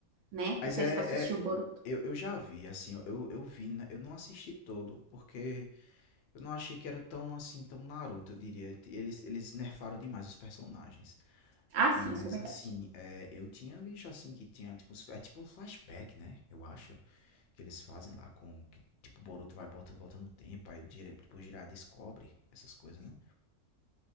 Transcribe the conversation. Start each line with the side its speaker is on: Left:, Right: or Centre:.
Right: né?
Left: Mas
Right: Não sei
Left: é,
Right: se tu assistiu
Left: é-
Right: o Boruto.
Left: eu, eu já vi, assim, eu, eu vi, né? Eu não assisti todo, porque eu não achei que era tão, assim, tão Naruto, eu diria. Eles, eles nerfaram demais os personagens.
Right: Ah, sim,
Left: Mas
Right: isso é verdade.
Left: assim, é, eu tinha visto assim que tinha tipo, uns- é tipo um flashback, né? Eu acho que eles fazem lá com que tipo o Boruto vai bota volta no tempo, aí o Jiraiya, tipo, o Jiraiya descobre essas coisas, né?